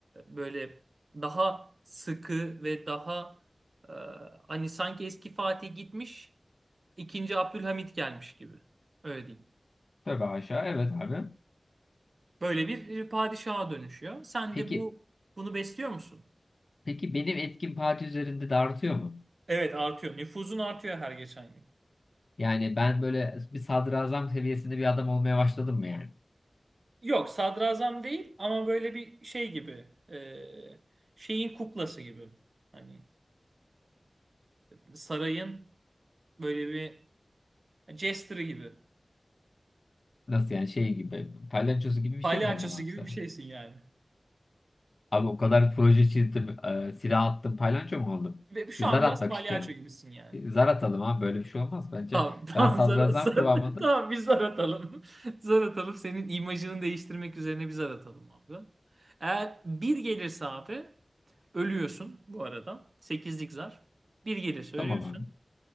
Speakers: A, on the right; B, on the left.
A: böyle daha sıkı ve daha e, hani sanki eski Fatih gitmiş, ikinci Abdülhamit gelmiş gibi. Öyle diyeyim.
B: Tövbe haşa. Evet abi.
A: Böyle bir e, padişaha dönüşüyor. Sen
B: Peki
A: de bu bunu besliyor musun?
B: peki benim etkim Fatih üzerinde de artıyor mu?
A: Evet artıyor. Nüfuzun artıyor her geçen gün.
B: Yani ben böyle bir sadrazam seviyesinde bir adam olmaya başladım mı yani?
A: Yok sadrazam değil ama böyle bir şey gibi e, şeyin kuklası gibi hani e, sarayın böyle bir jester'ı gibi
B: Nasıl yani şey gibi palyaçosu gibi bir
A: palyaçosu
B: şey mi oldum abi
A: gibi
B: sen?
A: bir şeysin yani.
B: Abi o kadar proje çizdim, e, silah attım, palyaço mu oldum?
A: Ve şu
B: Bir zar
A: an biraz
B: atmak
A: palyaço
B: istiyorum.
A: gibisin yani.
B: Bir zar atalım abi böyle bir şey olmaz bence.
A: Tamam <laughs> tamam
B: Ben sadrazam
A: zar, zar,
B: kıvamında.
A: <laughs> tamam bir zar atalım. <laughs> Zar atalım senin imajını değiştirmek üzerine bir zar atalım abi. Eğer bir gelirse abi ölüyorsun bu arada. Sekizlik zar. Bir gelirse
B: Tamam
A: ölüyorsun.
B: abi.